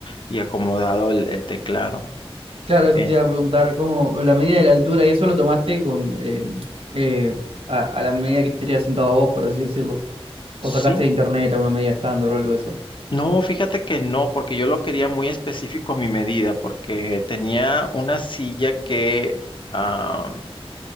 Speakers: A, on the left; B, on the right.
A: y acomodado el el teclado.
B: Claro, eso
A: eh,
B: te iba a preguntar, ¿cómo la medida de la altura y eso lo tomaste con eh, eh, a, a la medida que estarías sentado vos, por así decirlo? ¿O
A: Sí,
B: sacaste de internet alguna medida estándar o algo de eso?
A: no, fíjate que no, porque yo lo quería muy específico a mi medida, porque tenía una silla que ah,